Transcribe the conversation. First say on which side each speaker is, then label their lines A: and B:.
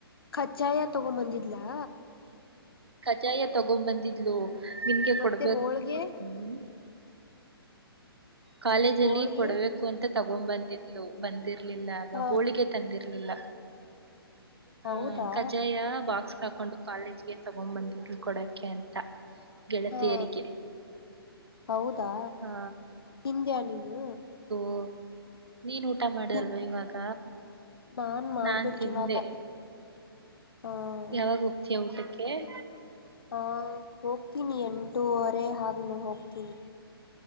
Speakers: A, on the left; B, on the right.
A: ಕಜ್ಜಾಯ ತಗೊಂಡು ಬಂದಿದ್ಲಾ.
B: ಕಜ್ಜಾಯ ತಗೊಂಡು ಬಂದಿದ್ಲು. ನಿನ್ಗೆ
A: ಮತ್ತೆ
B: ಕೊಡ್ಬೇಕ
A: ಹೋಳ್ಗೆ
B: ಹ್ಮ. ಕಾಲೇಜ
A: ಹೋಳ್ಗೆ
B: ಅಲ್ಲಿ ಕೊಡಬೇಕು ಅಂತ ತಗೊಂದ ಬಂದಿದ್ಲು ಬಂದಿರಲ್ ಇಲ್ಲ ಆಗ
A: ಹಾ
B: ಹೋಳಿಗೆ ತಂದಿರ್ ಇಲ್ಲ. ಹಾ
A: ಹೌದಾ
B: ಕಜ್ಜಾಯ ಬಾಕ್ಸ್ ಹಾಕೊಂಡು ಕಾಲೇಜ್ಗೆ ತೊಗೊಂಡ ಬಂದಿದ್ಲು ಕೊಡಕೆ ಅಂತ ಗೆಳತಿಯರಿಗೆ
A: ಹಾ ಹೌದಾ.
B: ಆ
A: ತಿಂದ್ಯಾ ನೀನು?
B: ಹ <unintelligible> ನೀನ ಊಟ ಮಾಡ್ದಲ್ವ
A: ತಿನ್
B: ಇವಾಗ?
A: ನಾನ್ ಮಾಡ್ಬೇಕಿವಾಗ
B: ನಾನ ತಿಂದೆ
A: ಹಾ
B: ಯಾವಾಗ ಹೋಗ್ತೀಯಾ ಊಟಕ್ಕೆ ಕ್ಕೆ
A: ಹ ಹೋಗ್ತೀನಿ ಎಂಟೂವರೆ ಹಂಗ ಹೋಗ್ತೀನಿ